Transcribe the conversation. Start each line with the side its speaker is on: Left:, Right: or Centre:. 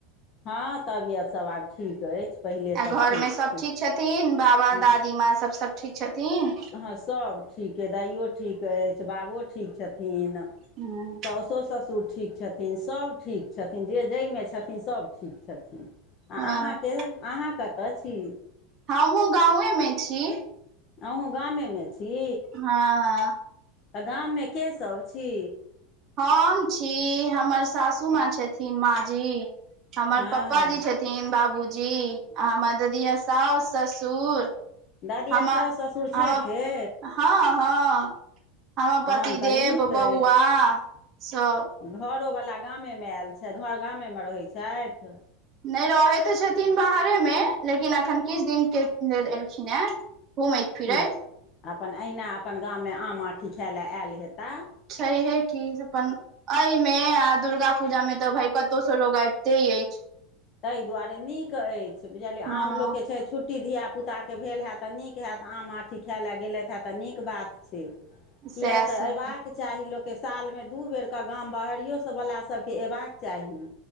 Left: हँ तबियत सब आब ठीक अछि पहिलेसँ
Right: आ घर मे सब
Left: छी
Right: ठीक छथिन बाबा
Left: हँ
Right: दादी माँ सब सब ठीक छथिन
Left: हँ सब ठीक अछि दाइयो ठीक अछि बाबो ठीक ठीक छथिन
Right: हँ
Left: साउसो सासूट ठीक छथिन छथिन सब ठीक छथिन जे जाहिमे छथिन सब ठीक छथिन आ
Right: हँ
Left: अहाँके अहाँ कतऽ छी
Right: हमहहुँ गाे मे छी
Left: अहूँ गामेमे छी
Right: हँ हँ
Left: तऽ गाममे केसभ छी
Right: हम छी हमर सासु माँ छथिन माँ जी हमर
Left: हँ
Right: प्प जी छथिन थिन बाबूजी आाँ म ददीिया साउ ससुर
Left: दादिया
Right: हमर
Left: साउ ससुर
Right: हमर
Left: छथिे
Right: हँ हँ हमर
Left: तहन
Right: पतिदव
Left: तऽ नीक अछि
Right: बौआ सब
Left: घरोवला गामेमे आयल छथि घर गामेमे रहैत छथि
Right: नहि रहै तऽ छथिन बाहरे मे लेकिन अखन किछु दिनक के लेल एलखिन हेँ घुमैत फिरयत
Left: की अपन अहिना अपन गाममे आम आँठी खाइ लए आयल हेताह
Right: छहे कि अपन एहिमे आ दुर्गा पूजा मे तऽ भााय कतहु स लोग आबिते अछि
Left: ताहि दुआरे नीक अछि बुझलियै
Right: हँ
Left: आम लोकके छै छुट रुट्टी धियाापुताके भेल हैत तऽ नीक होैतत आम आँठी खाय लए गेलथि हे तऽ नीक बात छै किया
Right: सएह
Left: तऽ
Right: सब
Left: अयबाक चाही लोककेँ सालमे दू बेरके गाम बाहरियोसँवला सभके अयबाक चाही